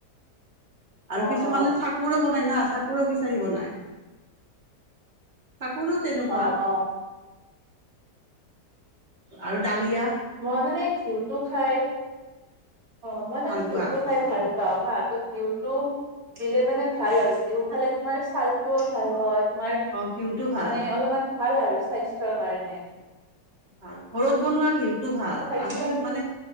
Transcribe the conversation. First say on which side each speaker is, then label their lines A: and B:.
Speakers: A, on the right (about 55°); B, on the right (about 35°).
A: অ
B: আৰু কিছুমানে,
A: অ
B: চাক চাকুৰ বনায় না চাকোৰো খিচাৰি বনায়, চাকোৰো তেনেকুৱা।
A: অ অ
B: আৰু ডালিয়া।
A: মই মানে ঘিউটো খাই, অ', মই মানে
B: ভাল
A: ঘিউটো
B: পোৱা
A: খাই ভাল খাওঁ হা ত' ঘিউটো দিলে মানে ভাল, আৰু ঘিউ খালে তোমাৰ ছালটোও ভাল হয়। তোমাৰ
B: অঁ ঘিউটো ভাল
A: মানে অলপমান ভাল আৰু, স্বাস্থ্যৰ কাৰণে।
B: ভাল, ঘৰত বনোৱা ঘিউটো ভাল,
A: স্বাস্থ্যৰ
B: আজি মানে